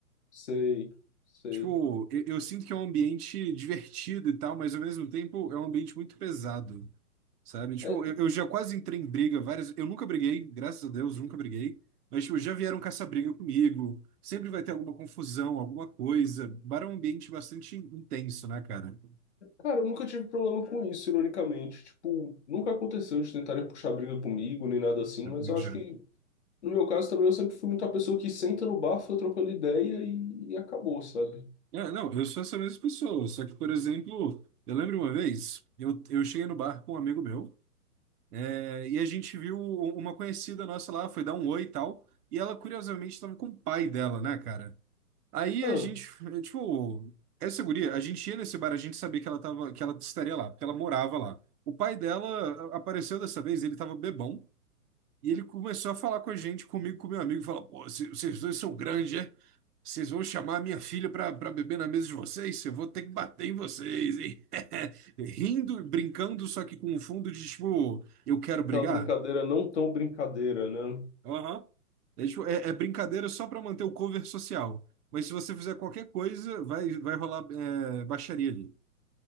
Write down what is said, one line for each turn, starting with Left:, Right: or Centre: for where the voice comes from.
Left: sei, sei.
Right: Tipo, eu, eu sinto que é um ambiente divertido e tal, mas ao mesmo tempo é um ambiente muito pesado. Sabe? Tipo,
Left: É,
Right: eu, eu já quase entrei em briga várias. Eu nunca briguei, graças a Deus, nunca briguei. Mas, tipo, já vieram caçar briga comigo. Sempre vai ter alguma confusão, alguma coisa. Bar é um ambiente bastante intenso, né, cara?
Left: cara, eu nunca tive problema com isso, ironicamente. Tipo, nunca aconteceu de tentarem puxar briga comigo, nem nada assim,
Right: É
Left: mas
Right: Comigo
Left: eu
Right: já.
Left: acho que, no meu caso também, eu sempre fui muita pessoa que senta no bar, fica trocando ideia e, e acabou, sabe?
Right: É, É, não, eu sou essa mesma pessoa. Só que, por exemplo, eu lembro uma vez, eu, eu cheguei no bar com um amigo meu, é, e a gente viu uma conhecida nossa lá, foi dar um oi e tal. E ela, curiosamente, estava com o pai dela, né, cara? Aí
Left: Ah,
Right: a gente, eh, tipo, essa guria, a gente ia nesse bar, a gente sabia que ela tava, que ela estaria lá, porque ela morava lá. O pai dela a- apareceu dessa vez, ele tava bebão, e ele começou a falar com a gente, comigo, com meu amigo, e falou: Pô, cê- vocês dois são grandes, é? Vocês vão chamar a minha filha pra, pra beber na mesa de vocês? Eu vou ter que bater em vocês, hein? <laughs> Rindo, brincando, só que com um fundo de tipo, eu quero
Left: aquela
Right: brigar.
Left: brincadeira não tão brincadeira, né?
Right: Aham. É, tipo, é- é brincadeira só para manter o cover social. Mas se você fizer qualquer coisa, vai, vai rolar é, baixaria ali.